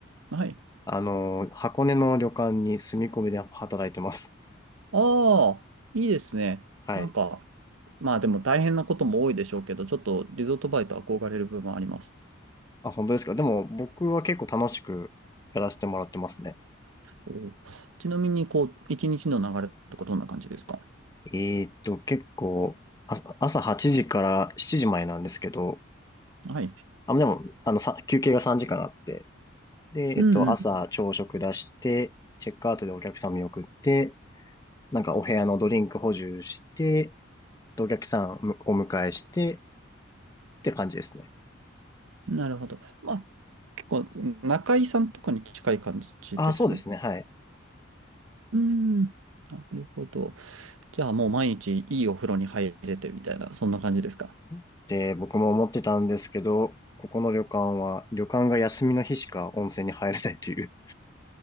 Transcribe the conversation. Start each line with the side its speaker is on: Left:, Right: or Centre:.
Right: はい。
Left: あの、箱根の旅館に住み込みで働いてます。
Right: ああ、いいですね。
Left: はい。
Right: なんか、まあでも大変なことも多いでしょうけど、ちょっとリゾートバイト憧れる部分あります。
Left: あ、本当ですか。でも、僕は結構楽しくやらせてもらってますね。
Right: おちなみに、こう、一日の流れとかどんな感じですか
Left: えーっと、結構、あ朝8時から7時前なんですけど、
Right: はい。
Left: あ、でも、あの、さ、休憩が3時間あって、で、
Right: うん
Left: えっと、朝朝食出して、チェックアウトでお客さん見送って、なんかお部屋のドリンク補充して、でお客さんをお迎えして、って感じですね。
Right: うん。なるほど。まあ、結構、中井さんとかに近い感じです。
Left: あ、そうですね。はい。
Right: うん。なるほど。じゃあ、もう毎日いいお風呂に入れてみたいな、そんな感じですか
Left: って僕も思ってたんですけど、ここの旅館は、旅館が休みの日しか温泉に入れないという、